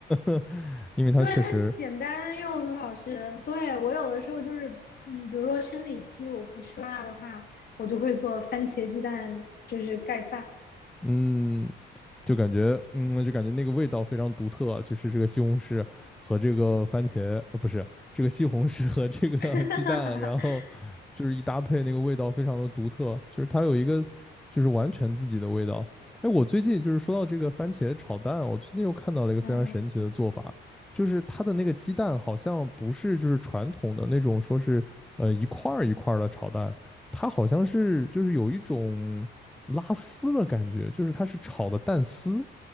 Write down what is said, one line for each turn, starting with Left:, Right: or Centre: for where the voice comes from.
Centre: <laughs> 因为它确实
Left: 对，它简单又很好吃。对，我有的时候就是，嗯，比如说生理期我不吃辣的话，我就会做番茄鸡蛋，就是盖饭。
Centre: 嗯，就感觉，嗯，就感觉那个味道非常独特啊，就是这个西红柿和这个番茄，呃，不是，这个西红柿和这个
Left: <laughs>
Centre: <laughs> 鸡蛋，然后就是一搭配，那个味道非常的独特，就是它有一个就是完全自己的味道。哎，我最近就是说到这个番茄炒蛋，我最近又看到了一个非常神奇的做法，
Left: 嗯，
Centre: 就是它的那个鸡蛋好像不是就是传统的那种说是呃一块儿一块儿的炒蛋，它好像是就是有一种。拉丝的感觉，就是它是炒的蛋丝，